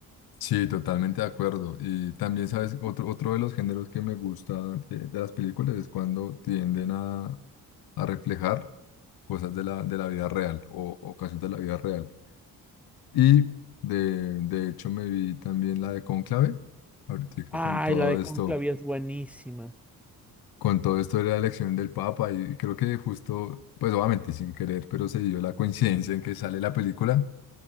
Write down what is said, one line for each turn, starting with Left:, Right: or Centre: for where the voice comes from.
Left: sí, totalmente de acuerdo. Y también, ¿sabes? Otro, otro de los géneros que me gusta de, de las películas es cuando tienden a, a reflejar cosas de la, de la vida real o, o casos de la vida real. Y de, de hecho me vi también la de Cónclave, ahorita
Centre: Ay,
Left: con todo
Centre: la de
Left: esto,
Centre: Conclavia es buenísima.
Left: con todo esto de la elección del Papa y creo que justo, pues obviamente sin querer, pero se dio la coincidencia en que sale la película